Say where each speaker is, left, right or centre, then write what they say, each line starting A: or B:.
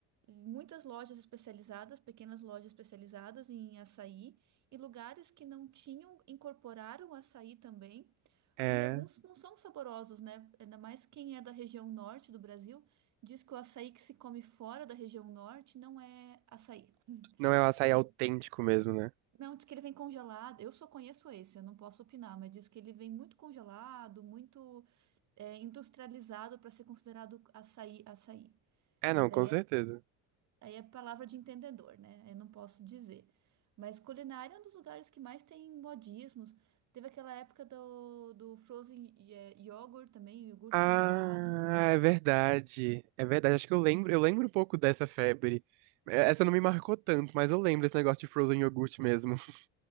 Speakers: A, on the right; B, on the right.
A: Muitas lojas especializadas, pequenas lojas especializadas em açaí, e lugares que não tinham, incorporaram açaí também.
B: É,
A: E alguns não são saborosos, né? Ainda mais quem é da região norte do Brasil, diz que o açaí que se come fora da região norte não é açaí.
B: não é o açaí
A: Por-
B: autêntico mesmo, né?
A: Não, diz que ele vem congelado. Eu só conheço esse, eu não posso opinar, mas diz que ele vem muito congelado, muito é, industrializado para ser considerado açaí, açaí.
B: É,
A: Mas
B: não,
A: daí
B: com certeza.
A: é, aí é palavra de entendedor, né? Eu não posso dizer. Mas culinária é um dos lugares que mais tem modismos. Teve aquela época do, do frozen é, yogurt também, iogurte
B: Ah,
A: congelado.
B: é verdade. É verdade, acho que eu lembro, eu lembro um pouco dessa febre. É, Essa não me marcou tanto, mas eu lembro esse negócio de frozen yogurt mesmo. <laughs>